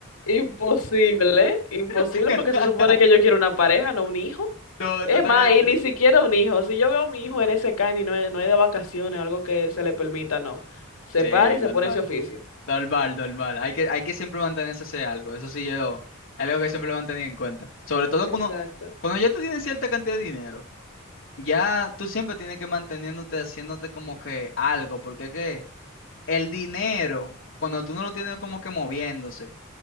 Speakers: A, on the left; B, on the left.
A: Imposible, imposible
B: <laughs>
A: porque se supone que yo quiero una pareja, no un hijo.
B: No,
A: Es
B: totalmente.
A: más, y ni siquiera un hijo. Si yo veo a mi hijo en ese can y no es, no es de vacaciones o algo que se le permita, no. Se
B: Sí,
A: para y se
B: normal.
A: pone ese oficio.
B: Normal, normal. Hay que, hay que siempre mantenerse ese algo. Eso sí, yo, algo que siempre lo he mantenido en cuenta. Sobre todo
A: Exacto.
B: cuando, cuando ya tú tienes cierta cantidad de dinero, ya tú siempre tienes que manteniéndote, haciéndote como que algo, porque es que el dinero, cuando tú no lo tienes como que moviéndose,